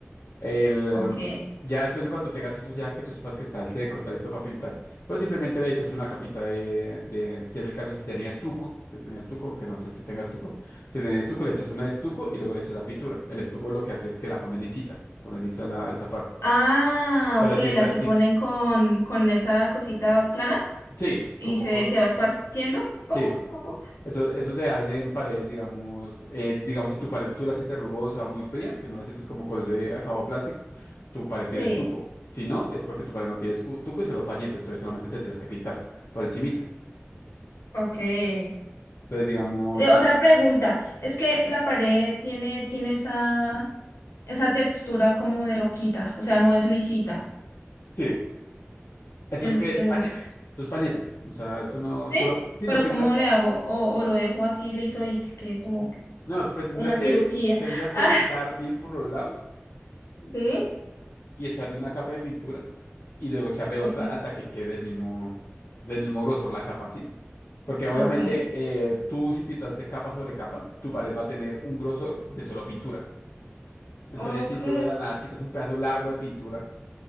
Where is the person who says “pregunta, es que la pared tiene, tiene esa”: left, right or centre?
Left